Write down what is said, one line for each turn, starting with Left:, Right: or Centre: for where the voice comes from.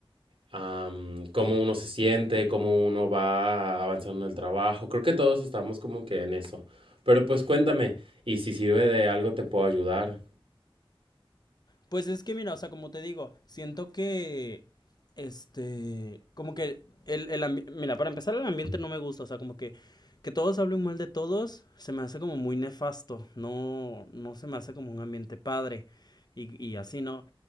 Right: am, cómo uno se siente, cómo uno va avanzando en el trabajo. Creo que todos estamos como que en eso. Pero pues cuéntame, y si sirve de algo te puedo ayudar.
Left: Pues es que mira, o sea, como te digo, siento que, este, como que el, el ambi- mira, para empezar el ambiente no me gusta, o sea, como que que todos hablen mal de todos se me hace como muy nefasto, no, no se me hace como un ambiente padre y, y así, ¿no?